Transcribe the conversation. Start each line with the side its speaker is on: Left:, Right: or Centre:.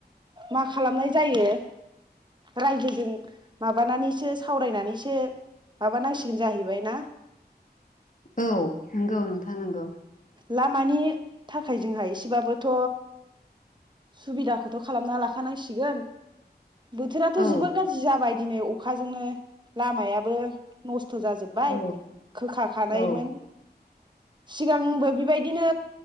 Right: मा खालामनाय जायो रायजोजों माबानानैसो सावरायनानैसो माबा नांसिगोन जाहैबाय ना
Left: औ नंगौ नोंथां नंगौ
Right: लामानि थाखाय जोंहा एसेबाबोथ' सुबिदाखौथ' खालामना लाखानांसिगोन बोथोराथ'
Left: औ
Right: जोबोर गाज्रि जाबाय दिनै अखाजोंनो लामायाबो नस्थ थ' जाजोबबाय
Left: औ
Right: खोखा खानायमोन
Left: औ
Right: सिगांबो बेबायदिनो